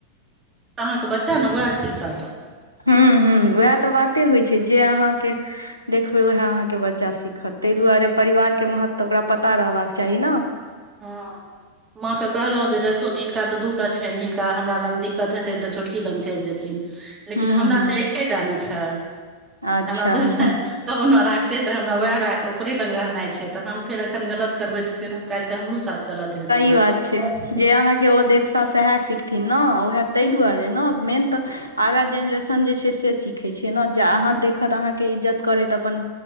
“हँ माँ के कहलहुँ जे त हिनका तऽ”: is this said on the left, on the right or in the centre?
Right